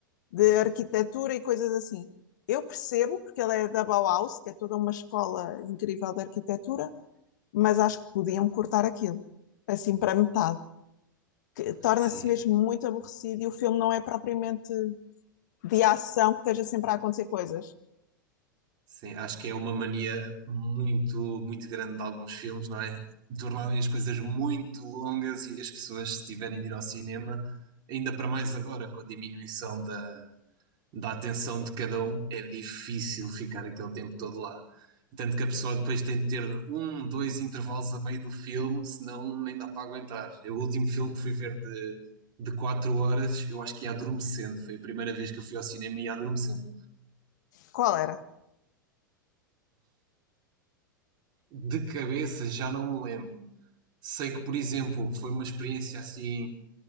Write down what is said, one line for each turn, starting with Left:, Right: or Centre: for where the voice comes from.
Left: de arquitetura e coisas assim. Eu percebo, porque ele é da Bauhaus, que é toda uma escola incrível de arquitetura, mas acho que podiam cortar aquilo, assim, para metade. que torna-se
Right: Sim,
Left: mesmo muito aborrecido e o filme não é propriamente de ação que esteja sempre a acontecer coisas.
Right: sim, acho que é uma mania muito, muito grande de alguns filmes, não é? Tornarem as coisas muito longas e as pessoas, se tiverem de ir ao cinema, ainda para mais agora, com a diminuição da, da atenção de cada um, é difícil ficar aquele tempo todo lá. Tanto que a pessoa depois tem de ter um, dois intervalos a meio do filme, senão nem dá para aguentar. Eu, o último filme que fui ver de, de quatro horas, eu acho que ia adormecendo. Foi a primeira vez que eu fui ao cinema e ia adormecendo.
Left: Qual era?
Right: De cabeça já não me lembro. Sei que, por exemplo, foi uma experiência assim